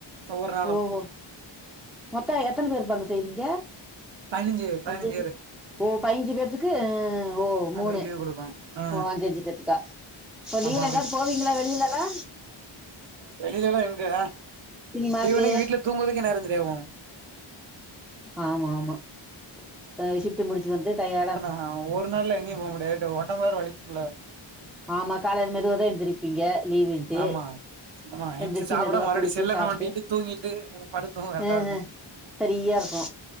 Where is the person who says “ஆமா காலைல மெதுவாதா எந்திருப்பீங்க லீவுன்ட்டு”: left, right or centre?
Centre